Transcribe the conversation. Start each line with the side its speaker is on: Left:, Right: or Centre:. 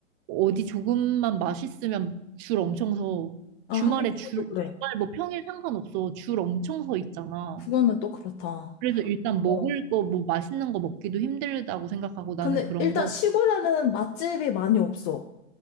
Right: 어디 조금만 맛있으면 줄 엄청 서.
Left: 아,
Right: 주말에
Left: 하긴 그것도
Right: 줄,
Left: 그래.
Right: 주말 뭐 평일 상관없어. 줄 엄청 서 있잖아.
Left: 그거는 또 그렇다.
Right: 그래서 일단 먹을
Left: 어.
Right: 거, 뭐 맛있는 거 먹기도 힘들다고 생각하고 나는
Left: 근데
Right: 그런
Left: 일단
Right: 거.
Left: 시골에는 맛집이 많이 없어.